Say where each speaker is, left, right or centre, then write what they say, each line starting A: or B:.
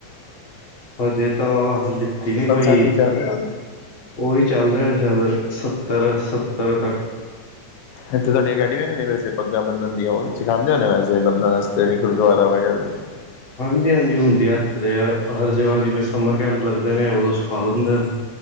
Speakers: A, on the left; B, on the left.
A: ਹਜੇ ਤਾਂ, ਲਿੱਤੀ ਨੀ ਕੋਈ।
B: ਸੱਠ ਹੀ ਚੱਲ ਰਿਹਾ
A: ਉਹੀ ਚੱਲ ਰਿਹਾ ਸ਼ੈਦ ਸੱਤਰ, ਸੱਤਰ ਤੱਕ।
B: ਏਥੇ ਤੁਹਾਡੀ ਅਕੈਡਮੀ ਵੀ ਨ ਵੈਸੇ ਪੱਗਾਂ ਬਦਣ ਦੀਆਂ, ਉਹ ਸਿਖਾਉਦੇ ਹੋ ਵੈਸੇ ਬਦਣ ਆਸਤੇ ਵੀ ਗੁਰਦੁਆਰਾ ਵਗੈਰਾ ਚ?
A: ਹਾਂਜੀ-ਹਾਂਜੀ ਹੁੰਦੀ ਆ ਏਥੇ ਦੇ ਆ ਹਰ ਜਗ੍ਹਾ ਜਿਵੇਂ ਸਮਰ ਕੈਂਪ ਲੱਗਦੇ ਨੇ, ਉਦੋਂ ਸਿਖਾ ਦਿੰਦੇ ਨੇ।